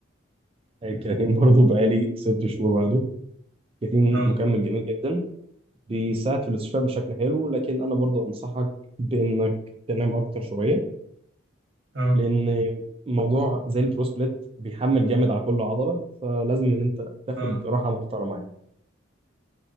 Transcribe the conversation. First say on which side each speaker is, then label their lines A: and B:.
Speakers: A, on the right; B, on the right.
A: الكرياتين برضه بقالي ست شهور باخده كرياتين
B: اه
A: مكمل جميل جدا بيساعد في الاستشفاء بشكل حلو لكن أنا برضه أنصحك بإنك تنام أكتر شوية
B: اه
A: لأن موضوع زي البروسبليت بيحمل جامد على كل عضلة فلازم إن أنت تاخد
B: اه
A: راحة محترمة يعني